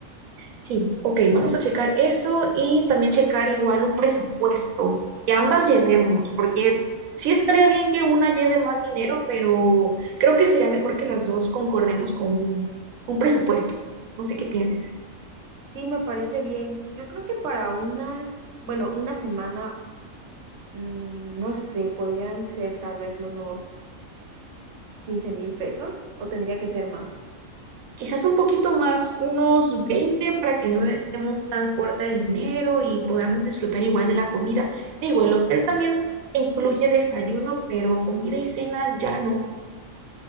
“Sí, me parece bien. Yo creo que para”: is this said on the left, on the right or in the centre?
Right